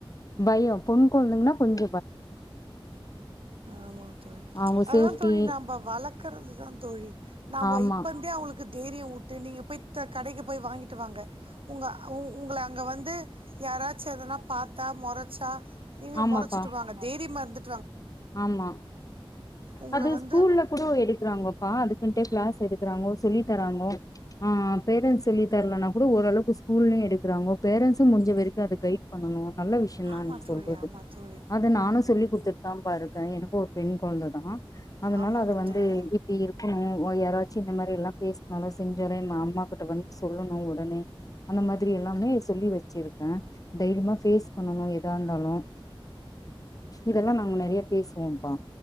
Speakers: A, on the left; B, on the right.
A: பயம் பொண் குழந்தை ங்கன்னா கொஞ்ச
B: ஆமா தோழி
A: அவங்க
B: அததுதான்
A: சேஃப்டி
B: தோழி நாப வளர்க்கறதுதான் தோழி நாப
A: ஆமா
B: இப்பந்தே அவங்களுக்கு தைரியம் வு ட்டு நீங்க போய் கடைக்கு போய் வாங்கிட்டு வாங்க உங்க உங்கள அங்க வந்து யாராச்சும் எதனா பார்த்தா முறச்சா நீங்க
A: ஆமாப்பா
B: மோறச் சுடுவாங்க தைரியமா இருந்துட்
A: ஆமா
B: உங்கள
A: அது
B: வந்து
A: ஸ்கூல்ல கூட எடுக்கறாங்கோப்பா அதுக்குன்டே கிளாஸ் எடுக்கிறாங்கோ சொல்லி தராங்கோ ஆஹ் பேரண்டட்ஸ் சொல்லி தரலனா கூட ஓரளவுக்கு ஸ்கூல்லயும் எடுக்கிறாங்கோ பேரண்ட்ஸும் முடிஞ்ச வரைக்கும் அதை கைட் பண்ணணும் நல்ல விஷயம் தான்
B: ஆமா
A: நீங்க
B: தோழி
A: சொல்றது
B: ஆமா தோழி
A: அது நானும் சொல்லி கொடுத்து தான் பா இருக்க எனக்கு ஒரு பெண் குழந்தைதா அதனால
B: ஆமாங்க
A: அத வந்து
B: தோழி
A: இப்படி இருக்கணும் யாராச்சி இந்த மாரி எல்லாம் பேச நல்லா செஞ்சரேன் அம்மா கிட்ட வந்து சொல்லணும் உடனே அந்த மாரி திரி எல்லாமே சொல்லி வெச்சி இருக்க தைரியமா ஃபேஸ் பண்ணனும் எத இருந்தாலும் இதலா நிறைய பேசுவோம்ப்பா